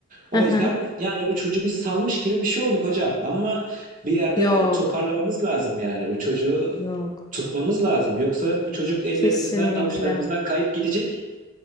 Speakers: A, on the right (about 40°); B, on the left (about 20°).
A: O
B: hı hı.
A: yüzden yani bu çocuğu biz salmış gibi bir şey olduk hocam ama bir yerde
B: yok
A: toparlamamız lazım yani bu çocuğu
B: yok
A: tutmamız lazım. Yoksa bu çocuk ellerimizden
B: kesinlikle
A: avuçlarımızdan kayıp gidecek.